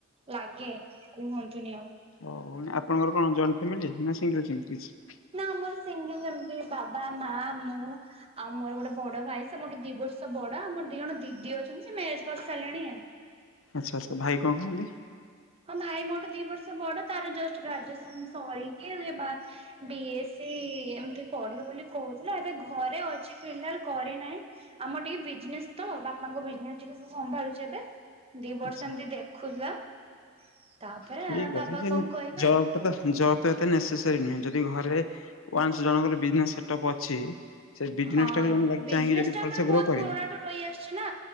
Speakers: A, on the right; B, on the left.
A: ଲାଗେ। କୁହନ୍ତୁନି ଆଉ।
B: ଉ ଆପଣଙ୍କର କଣ ଜଏଣ୍ଟ ଫ୍ୟାମିଲି ନା ସିଙ୍ଗଲ ସେମିତି କିଛି?
A: ନା ଆମର ସିଙ୍ଗିଲ ଏମିତି ବାବା, ମା, ମୁଁ ଆଉ ମୋର ଗୋଟେ ବଡ ଭାଇ, ସେ ମୋ ଦିିବ ବର୍ଷ ବଡ ମୋର ଦି ଜଣ ଦିଦି ଅଛନ୍ତି, ସେ ମେଜ କରି ସାରିଲେଣି।
B: ଆଚ୍ଛା ଆଛା ଭାଇ କଣ କହନ୍ତି?
A: ହଁ ଭାଇ ମୋରଠେ ଦି ବର୍ଷ ବଡ ତାର ଜଷ୍ଟ ଗ୍ରାଜୁଏସନ ସରିକି ହେ ବି ସେ ଏମିତିିକେ ପଢିବ ବୋଲି କହୁଥିଲେ, ଏବେ ଘରେ ଅଛି ଫିଲାଲ କରେ ନାହିଁ ଆମ ଟିକେ ବିଜେସ୍ ତ ବାପାଙ୍କ ବିଜନେସ୍ ଟିକେ ସେ ସମ୍ଭାଳୁଛ, ଏବେ ଦି ବର୍ଷ
B: ଆଚ୍ଛା ଆଚ୍ଛା
A: ଏମିତି ଦେଖୁଥିଲା ତାପରେ
B: ଠିକ
A: ବାବା
B: ଅଛ ସେ
A: କଣ କହିବେ
B: ଜବ୍
A: ଆଉ।
B: ଟା ତ ଜବ ଏତେ ନେ ଶେଷେରୀ, ନହେଁ ଯଦି ଘରେ ୱାନ୍ ଜଣଙ୍କର ବିଜନେଟପ୍ ଅଛି। ସେ ବିଜନେସ୍
A: ହଁ
B: ଟାକୁ ଜଣେ
A: ବିଜନେସ
B: ଚାହିଁକି ଯଦି
A: ଟା
B: ଭଲସେ
A: ଆମର ବହୁତ
B: ଗ୍ରୋ କରିବ
A: ପୁରୁଣାଠୁ ରହି ଆସିଛି, ନା